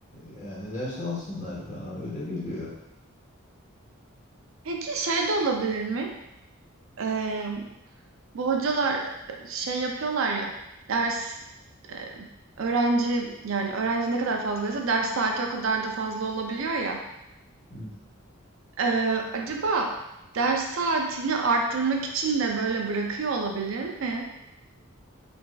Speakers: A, on the left; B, on the right.
A: e, yani ders alsınlar. Bana öyle geliyor.
B: Peki şey de olabilir mi? Emm, bu hocalar, şey yapıyorlar ya, ders, eee, öğrenci, yani, öğrenci ne kadar fazlaysa ders saati o kadar da fazla olabiliyor ya.
A: Hmm.
B: Eee, acaba ders saatini arttırmak için de böyle bırakıyor olabilir mi?